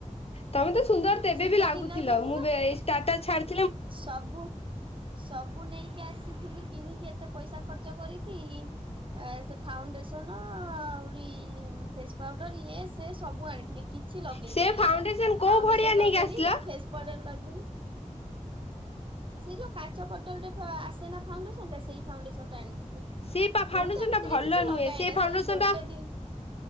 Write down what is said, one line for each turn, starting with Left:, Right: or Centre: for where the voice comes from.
Left: ତମେ ତ ସୁନ୍ଦର୍ ତେବେ
Right: ଶୀତ
Left: ବି ଲାଗୁଥିଲ
Right: ଦିନ ବି ଥିଲା
Left: ମୁଁ‌ ବେ- ଷ୍ଟାଟସ୍ ଛାଡି
Right: ସବୁ ସବୁ ନେଇକି ଆସିଥିଲି କିଣିକି ଏତେ ପଇସା ଖର୍ଚ୍ଚ କରିକି ଏ ସେ ଫାଉଣ୍ଡେସନ ଆହୁରି ଫେସ୍ ପାଉଡର ଇଏ ସେ ସବୁ ଆଣିଥିଲି କିଛି ଲଗେଇ
Left: ସେ
Right: ପାରିଲି
Left: ଫାଉଣ୍ଡେସନ
Right: ନା
Left: କୋଉ
Right: ଫାଉଣ୍ଡେସନ
Left: ଭଡିଆ ନେଇକି
Right: ଲଗେଇଲି
Left: ଆସିଲ
Right: ନା ଫେସ୍ ପାଉଡର୍ ଲଗେଇଲି ସେଇ ଯଉ କାଚ ବଟଲ୍ ରେ ଆସେ ନା ଫାଉଣ୍ଡେସନ୍ ଟା ସେଇ ଫାଉଣ୍ଡେସନ ଟା ଆଣି
Left: ସେ ପା ଫାଉଣ୍ଡେସନ
Right: ମୁଁ ତ ଏମିତିରେ
Left: ଟା ଭଲ
Right: କିଛି
Left: ନୁହେଁ
Right: ଲଗାଏନା
Left: ସେ ଫାଉଣ୍ଡେସନ
Right: ସେଇ ଗୋଟେ
Left: ଟା
Right: ଦିନ୍